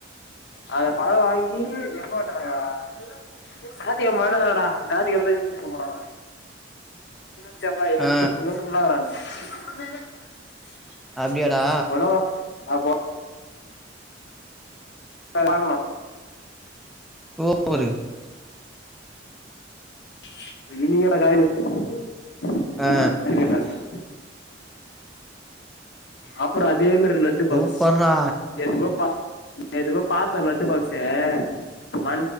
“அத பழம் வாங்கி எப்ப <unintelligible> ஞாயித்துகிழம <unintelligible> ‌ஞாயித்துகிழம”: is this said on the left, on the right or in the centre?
Left